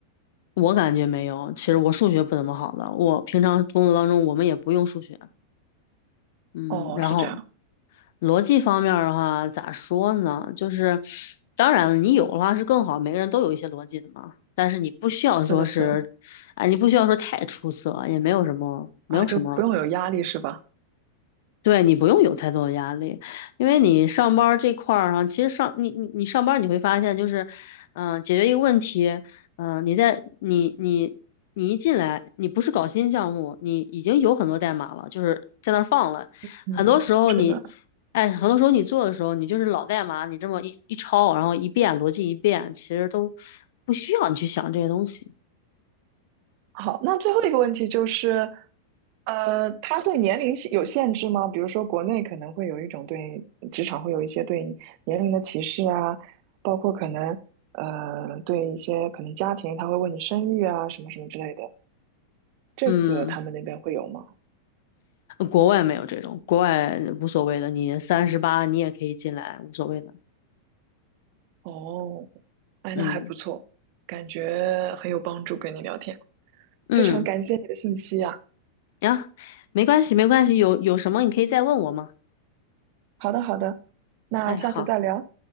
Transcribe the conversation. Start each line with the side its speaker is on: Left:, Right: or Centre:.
Left: 我感觉没有，其实我数学不怎么好的，我平常工作当中我们也不用数学，嗯，
Right: 哦，
Left: 然后
Right: 是这样，
Left: 逻辑方面儿的话，咋说呢？就是当然了，你有的话是更好，每个人都有一些逻辑的嘛。但是你不需要说是，
Right: 是的，是的
Left: 哎，你不需要说太出色，也没有什么，没有什么
Right: 啊，就不用有压力是吧？
Left: 对你不用有太多的压力，因为你上班儿这块儿上，其实上你你你上班儿你会发现就是，嗯、解决一个问题，嗯、你在你你你一进来，你不是搞新项目，你已经有很多代码了，就是在那儿放了，
Right: 嗯，
Left: 很多时候你，
Right: 是的。
Left: 哎，很多时候你做的时候，你就是老代码，你这么一一抄，然后一遍逻辑一遍，其实都不需要你去想这些东西。
Right: 好，那最后一个问题就是，呃，他对年龄限有限制吗？比如说，国内可能会有一种对职场会有一些对年龄的歧视啊，包括可能呃对一些可能家庭他会问你生育啊什么什么之类的，这个他们那边会有吗？
Left: 嗯，国外没有这种，国外无所谓的，你三十八你也可以进来，无所谓的。
Right: 哦，哎，
Left: 嗯
Right: 那还不错，感觉很有帮助，跟你聊天，
Left: 嗯，
Right: 非常感谢你的信息啊。
Left: 呀，没关系没关系，有有什么你可以再问我嘛。
Right: 好的，好的，那下次再聊，
Left: 哎，好，